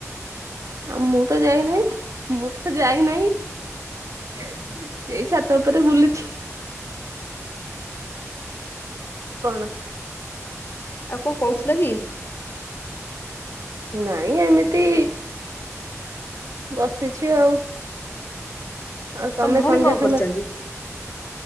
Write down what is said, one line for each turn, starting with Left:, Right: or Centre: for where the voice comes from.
Right: ହଁ ମୁଁ ତ ଯାଇନାହିଁ ମୁଁ ତ ଯାଇନାହିଁ ଏଇ ଛା ତାପରେ ବୁଲିଛି। କଣ?
Left: ଆଉ କଁ କୋଉଥୁଲ କି?
Right: ନାଇଁ ଏମିତି ବସିଛି ଆଉ। ଆଉ
Left: ତମ
Right: ତମେ
Left: ଭଉଣୀ
Right: ସନ୍ଧ୍ୟା
Left: କଣ କରୁଛନ୍ତି?
Right: ସମୟ